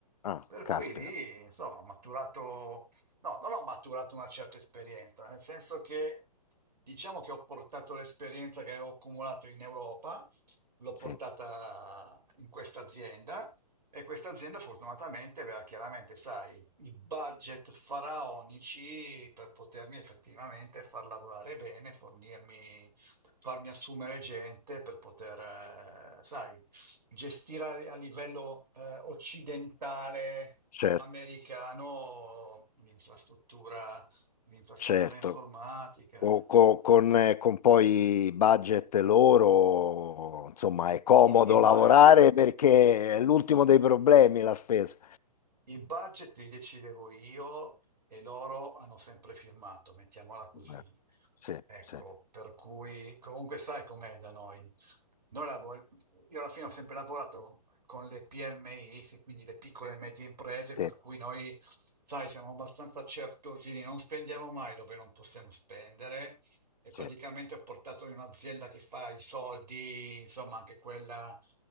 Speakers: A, on the left (about 70°); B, on the right (about 85°).
A: ah,
B: Per
A: caspita,
B: cui lì, insomma, ho maturato, no, non ho maturato una certa esperienza, nel senso che diciamo che ho portato l'esperienza che avevo accumulato in Europa, l'ho portata
A: sì,
B: in questa azienda e questa azienda fortunatamente aveva chiaramente, sai, i budget faraonici per potermi effettivamente far lavorare bene, fornirmi, farmi assumere gente per poter, eh, sai, gestire a a livello eh, occidentale
A: certo,
B: americano l'infrastruttura, l'infrastruttura
A: certo.
B: informatica.
A: Co- co- con, eh, con poi budget loro, insomma, è comodo
B: I, i
A: lavorare
B: budget
A: perché è l'ultimo dei problemi la spesa.
B: I budget li decidevo io e loro hanno sempre firmato, mettiamola così.
A: Eh, Sì,
B: Ecco,
A: sì,
B: per cui comunque sai com'è da noi. Noi lavor- io alla fine ho sempre lavorato con le PMI, sì, quindi le piccole e medie imprese, per
A: sì,
B: cui noi, sai, siamo abbastanza certosini, non spendiamo mai dove non possiamo spendere e
A: sì,
B: praticamente ho portato in un'azienda che fa i soldi, insomma, anche quella,